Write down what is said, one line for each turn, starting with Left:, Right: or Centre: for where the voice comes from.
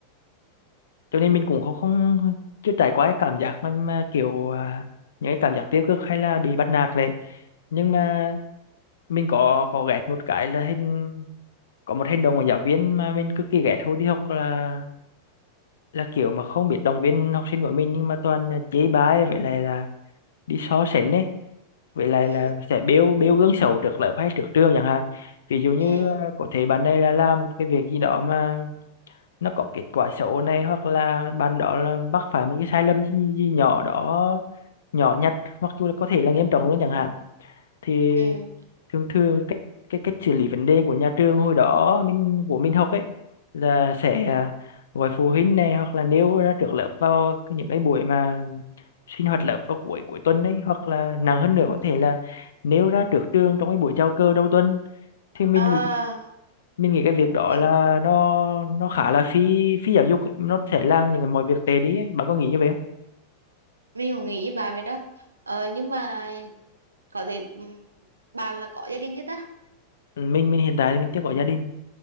Left: cho nên mình cũng không không chưa trải qua cái cảm giác mà, mà kiểu à, những cái cảm giác tiêu cực hay là bị bắt nạt vậy nhưng mà
Right: Ừ.
Left: mình có có ghét một cái là hình có một hành động của giáo viên mà mình cực kỳ ghét hồi đi học là là kiểu mà không biết động viên học sinh của mình nhưng mà toàn là chế bái vậy lại là đi so sánh ấy vậy lại
Right: Ừ.
Left: là sẽ bêu bêu gương xấu trước lớp hay trước trường chẳng hạn ví dụ như
Right: Ừ. Ừ.
Left: ờ, có thể bạn này là làm một cái việc gì đó mà nó có kết quả xấu này hoặc là bạn đó là mắc phải một cái sai lầm gì, gì nhỏ đó nhỏ nhặt hoặc là có thể là nghiêm trọng luôn chẳng hạn thì
Right: Ừ.
Left: thường thường cách cái cách xử lý vấn đề của nhà trường hồi đó mình của mình học ấy là sẽ à, gọi phụ huynh này hoặc là nêu ra trước lớp vào cái- những cái buổi mà sinh hoạt lớp vào cuối cuối tuần ấy hoặc là nặng hơn nữa có thể là nêu ra trước trường trong cái buổi chào cờ đầu tuần thì mình
Right: À,
Left: nghĩ- mình nghĩ cái việc đó
Right: mình
Left: là nó nó khá là phi phi giáo dục ấy. nó sẽ làm những mọi việc tệ đi ấy. bạn có nghĩ như vậy không
Right: mình cũng nghĩ như bà vậy đó ờ, nhưng mà có thể ừm, bạn là có gia đình chưa ta
Left: Ừ, mình mình hiện tại thì mình chưa có gia đình